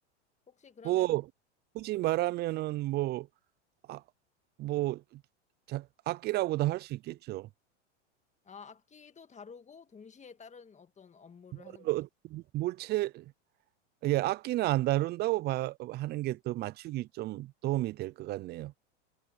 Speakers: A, on the left (about 20°); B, on the right (about 30°).
A: 혹시 그러면,
B: 뭐 굳이 말하면은 뭐 아, 뭐 자, 악기라고도 할 수 있겠죠.
A: 아, 악기도 다루고 동시에 다른 어떤 업무를
B: 어,
A: 하는 거죠?
B: 물체 예, 악기는 안 다룬다고 봐, 하는 게 더 맞추기 좀 도움이 될 것 같네요.